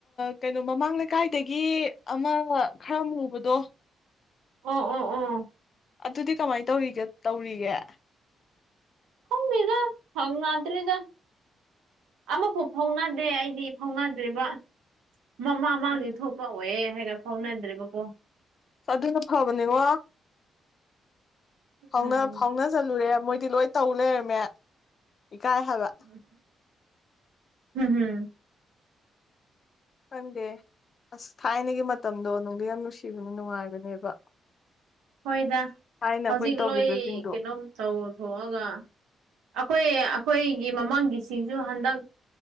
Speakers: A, on the left; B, on the right.
A: ꯀꯩꯅꯣ ꯃꯃꯥꯡ ꯂꯩꯀꯥꯏꯗꯒꯤ ꯑꯃ ꯈꯔ ꯃꯨꯕꯗꯣ
B: ꯑꯣ ꯑꯣ ꯑꯣ
A: ꯑꯗꯨꯗꯤ ꯀꯃꯥꯏꯅ ꯇꯧꯔꯤꯒꯦ ꯇꯧꯔꯤꯒꯦ
B: ꯈꯪꯗꯦꯗ ꯍꯪꯅꯗ꯭ꯔꯦꯗ ꯑꯃꯐꯥꯎ ꯐꯥꯎꯅꯗꯦ ꯑꯩꯗꯤ ꯐꯥꯎꯅꯗ꯭ꯔꯤꯕ ꯃꯃꯥ ꯃꯥꯡꯒꯤ
A: ꯎꯝ
B: ꯊꯣꯛꯄ ꯑꯣꯏꯑꯦ ꯍꯥꯏꯒ ꯐꯥꯎꯅꯗ꯭ꯔꯦꯕꯀꯣ
A: ꯑꯗꯨꯅ ꯐꯕꯅꯤꯉꯣ ꯐꯥꯎ
B: ꯎꯝ
A: ꯐꯥꯎꯅ ꯆꯜꯂꯨꯔꯦ ꯃꯣꯏꯗꯤ ꯂꯣꯏ ꯇꯧ ꯂꯩꯔꯝꯃꯦ ꯏꯀꯥꯏ ꯍꯥꯏꯕ
B: ꯍꯝ ꯍꯝ
A: ꯈꯪꯗꯦ ꯑꯁ ꯊꯥꯏꯅꯒꯤ ꯃꯇꯝꯗꯣ ꯅꯨꯡꯗꯤ ꯌꯥꯝ ꯅꯨꯡꯁꯤꯕꯅꯦ ꯅꯨꯡꯉꯥꯏꯕꯅꯦꯕ
B: ꯍꯣꯏꯗ
A: ꯊꯥꯏꯅ
B: ꯍꯧꯖꯤꯛ
A: ꯑꯩꯈꯣꯏꯅ ꯇꯧꯈꯤꯕꯁꯤꯡꯗꯣ
B: ꯂꯣꯏ ꯀꯩꯅꯣꯝ ꯇꯧꯊꯣꯛꯑꯒ ꯑꯩꯈꯣꯏ ꯑꯩꯈꯣꯏꯒꯤ ꯃꯃꯥꯡꯒꯤꯁꯤꯡꯁꯨ ꯍꯟꯗꯛ